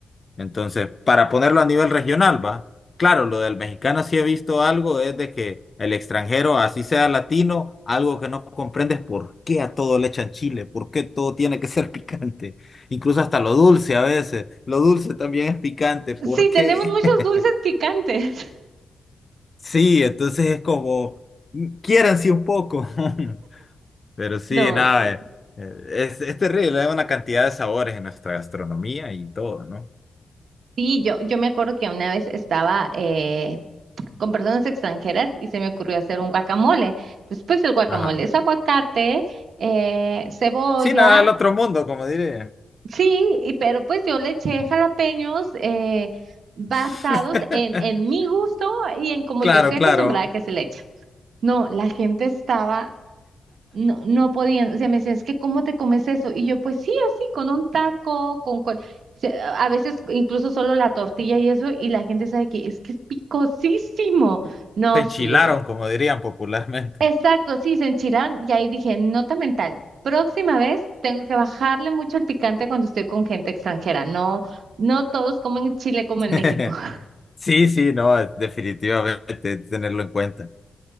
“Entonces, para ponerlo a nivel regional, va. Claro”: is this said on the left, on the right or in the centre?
Left